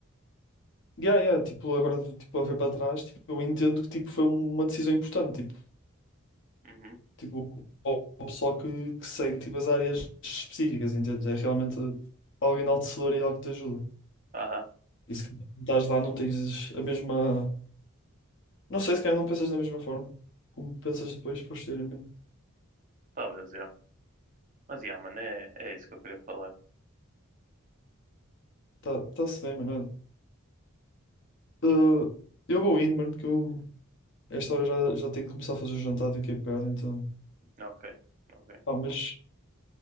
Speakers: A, on the left; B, on the right.
A: Yeah, yeah, tipo, agora, tipo, a ver para trás, tipo, eu entendo que, tipo, foi uma decisão importante, tipo,
B: Uhum.
A: tipo, ao ao pessoal que, que segue, tipo, as áreas específicas, entende? É realmente algo enaltecedor e algo que te ajuda.
B: Aham,
A: E se calhar quando estás lá não tens a mesma... Não sei, se calhar não pensas da mesma forma como pensas depois, posteriormente.
B: talvez, já. Mas, já, mano, é, é isso que eu queria falar.
A: Tá, tá-se bem, mano, olha. Uh, eu vou indo, mano, porque eu, a esta hora já, já tenho que começar a fazer o jantar daqui a bocado, então...
B: Ok, ok.
A: Pá, mas